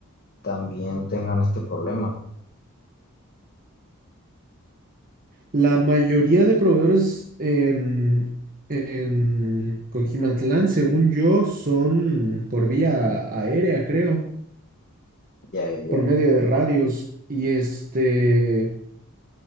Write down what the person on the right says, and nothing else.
La mayoría de proveedores en, en Coquimatlán, según yo, son por vía aérea, creo,
por
medio de radios. Y este,